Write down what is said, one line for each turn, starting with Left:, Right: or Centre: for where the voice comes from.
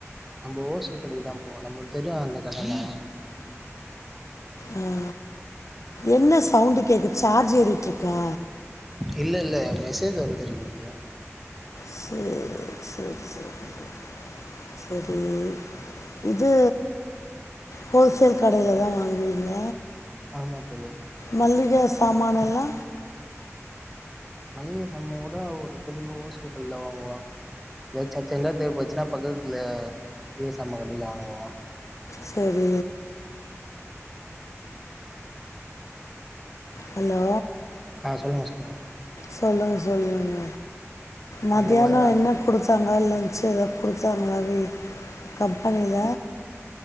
Centre: நம்ம ஓல்சேல் கடக்கி தா போவோ நம்மளுக்கு தெரியு அந்த கட தா
Left: ஆ என்ன சவுண்டு கேக்கு சார்ஜ் ஏறிட்டுருக்கா
Centre: இல்ல இல்ல மெசேஜ் வந்திருகுது
Left: சேரி சேரி சேரி செரி இது ஹோல்சேல் கடைல தா வாங்குவீங்க
Centre: ஆமா தோழி
Left: மள்ளிக சாமானெல்லா
Centre: மளிக சாமான் கூட ஒரு <unintelligible> ஹோல்சேல் கடைல வாங்குவோ ஏதாவது அச்சண்டா தேவ பட்டுச்சுன்னா பக்கதுலா மளிகசாமான் கடைல வாங்குவோ
Left: செரி ஹலோ
Centre: ஆ சொல்லுங்க‌ சொல்லுங்க
Left: சொல்லுங்க சொல்லுங்க மதியானோ
Centre: அந்த மாதிரி
Left: என்ன குடுத்தாங்க லன்ச்சு எதா குடுத்தாங்க அ கம்பெனில